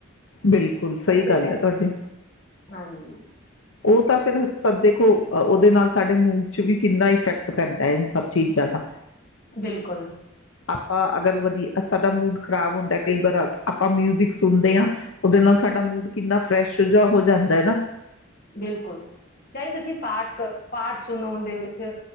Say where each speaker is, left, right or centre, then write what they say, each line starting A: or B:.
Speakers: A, on the left; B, on the left.
A: ਬਿਲਕੁਲ ਸਹੀ
B: ਅੱਜ ਦੇ
A: ਗੱਲ
B: ਟੈਮ
A: ਹੈ ਤੁਹਾਡੀ
B: ਹਾਂਜੀ।
A: ਉਹ ਤਾਂ ਫਿਰ ਸਭ ਦੇਖੋ ਓਦੇ ਨਾਲ ਸਾਡੇ ਮੂਡ ਚ ਵੀ ਕਿੰਨਾ ਇਫੈਕਟ ਪੈਂਦਾ ਏ, ਇਨ ਸਭ ਚੀਜ਼ਾਂ ਦਾ
B: ਬਿਲਕੁਲ।
A: ਆਪਾਂ ਅਗਰ ਵਧੀਆ, ਸਾਡਾ ਮੂਡ ਖ਼ਰਾਬ ਹੁੰਦਾ ਕਈ ਵਾਰਾ, ਆਪਾਂ ਮਿਊਜਿਕ ਸੁਣਦੇ ਆ ਉਦੇ ਨਾਲ ਸਾਡਾ ਮੂਡ ਕਿੰਨਾ ਫਰੈਸ਼ ਜਾ ਹੋ ਜਾਂਦਾ ਹੈ ਨਾ।
B: ਬਿਲਕੁਲ, ਚਾਹੇ ਤੁਸੀਂ ਪਾਠ ਕਰ, ਪਾਠ ਸੁਣੋ ਓਂਦੇ ਵਿਚ।